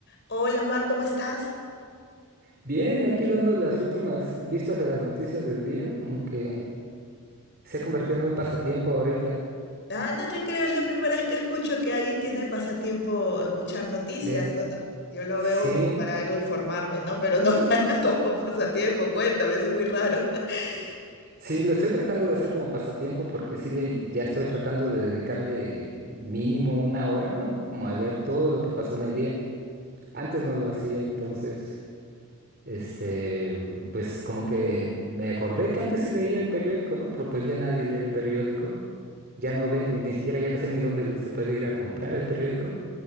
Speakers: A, on the left (about 50°); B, on the right (about 45°).
A: Hola Mar, ¿cómo estás?
B: Bien, aquí dando las últimas vistas a las noticias del día, como que se ha convertido en un pasatiempo ahorita.
A: Ah, no te creo, es la primera vez que escucho que alguien tiene pasatiempo escuchar noticias.
B: Del...
A: Bueno, yo lo
B: Sí,
A: veo para algo informarme, ¿no? Pero no <laughs> para como pasatiempo, cuéntame, es muy raro. <laughs>
B: sí, lo estoy tratando de hacer como pasatiempo porque sí le, ya estoy tratando de dedicarle mínimo una hora, ¿no? Como a leer todo lo que pasó en el día. Antes no lo hacía, entonces, este, pues como que me acordé que antes sí leía el periódico, ¿no? Pero pues ya nadie lee el periódico. Ya no venden, ni siquiera ya no sé ni dónde lo- se puede ir a comprar el periódico.